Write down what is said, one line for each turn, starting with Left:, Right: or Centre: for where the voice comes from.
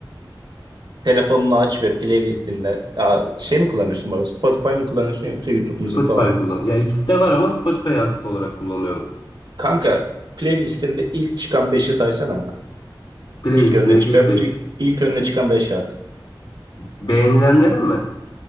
Right: telefonunu aç ve playlistinde Aa, şey mi kullanıyorsun bu arada? Spotify mı kullanıyorsun yoksa YouTube
Left: Spotify
Right: müzik falan mı?
Left: kullan. Ya ikisi de var ama Spotify'ı aktif olarak kullanıyorum.
Right: Kanka playlistinde ilk çıkan 5'i saysana bana.
Left: Playlistimdeki
Right: İlk önüne, çı-
Left: ilk
Right: ö-
Left: 5
Right: ilk, ilk önüne çıkan 5 şarkı.
Left: beğenilenlerim mi?